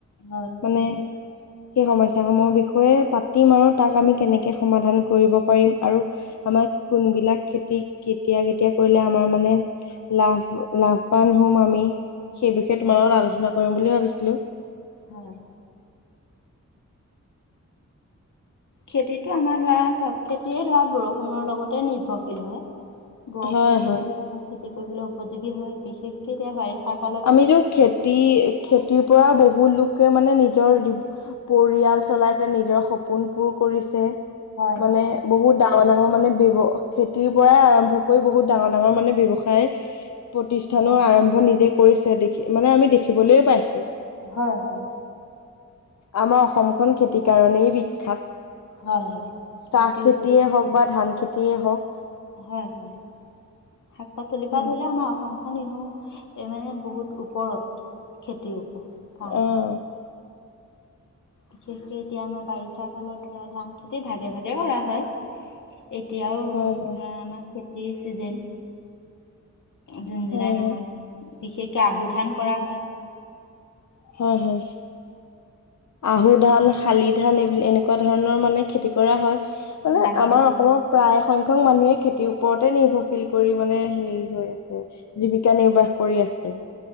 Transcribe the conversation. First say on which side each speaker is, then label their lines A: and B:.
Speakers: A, on the left; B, on the left.
A: হয়
B: মানে সেই সমস্যা সমূহৰ বিষয়ে পাতিম আৰু তাক আমি কেনেকে সমাধান কৰিব পাৰিম আৰু আমাৰ কোনবিলাক খেতি কেতিয়া কেতিয়া কৰিলে আমাৰ মানে লাভ লাভবান হ'ম আমি, সেই বিষয়ে
A: হয়
B: তোমাৰ লগত আলোচনা কৰিম বুলি ভাবিছিলো।
A: হয়। খেতিটো আমাৰ ধৰা চ'ব খেতিয়ে ধৰা বৰষুণৰ লগতে নিৰ্ভৰশীল হয়। বৰষুণ
B: হয়
A: দিলেই
B: হয়
A: আমাৰ খেতি কৰিবলৈ উপযোগী হ, য় বিশেষকে এতিয়া বাৰিষা ক
B: আমিতো খেতি খেতিৰ পৰা বহুত লোকে মানে নিজৰ পৰিয়াল চলাইছে, নিজৰ সপোন পূৰ কৰিছে।
A: হয়
B: মানে বহুত ডাঙৰ ডাঙৰ মানে ব্যৱ খেতিৰ পৰাই আৰম্ভ কই বহুত ডাঙৰ ডাঙৰ মানে ব্যৱসায় প্ৰতিষ্ঠানৰ
A: হয়
B: আৰম্ভ নিজেই কৰিছে দেখি মানে আমি দেখিবলৈয়ে পাইছো।
A: হয় হয়
B: আমাৰ অসম খন খেতিৰ কাৰণেই বিখ্যাত।
A: হয় হয়
B: চাহ
A: খেতিৰ
B: খেতিয়ে
A: ওপৰতে নিৰ্ভৰশীল
B: হওঁক বা ধান খেতিয়ে হওঁক।
A: হয় হয়। শাক পাচলিৰ পা
B: উম
A: ধৰিল' আমাৰ অ সমখন এনেও মানে বহুত ওপৰত খেতিৰ ওপৰত। কাৰণে
B: অঁ।
A: বিশেষকে এতিয়া আমাৰ বাৰিষা কালত ধৰা ধান খেতি ভাগে ভাগে কৰা হয়। এতিয়াও
B: হয় হয়
A: ধৰা আমাৰ খেতিৰ ছিজেন। জুন জুলাই
B: হয়
A: মাহত
B: হয়
A: বিশেষকৈ আহু ধান কৰা হয়।
B: হয় হয় আহু
A: হয়
B: ধান, শালি ধান এইবিলাক এনে এনেকুৱা ধৰণৰ মানে খেতি কৰা হয় মানে
A: লাহি
B: আমাৰ
A: ধান
B: অসমৰ প্ৰায় সংংখ্ক মানুহে খেতিৰ ওপৰতে নিৰ্ভৰশীল কৰি মানে হেৰি হৈ আছে। জীৱিকা নিৰ্বাহ কৰি আছে।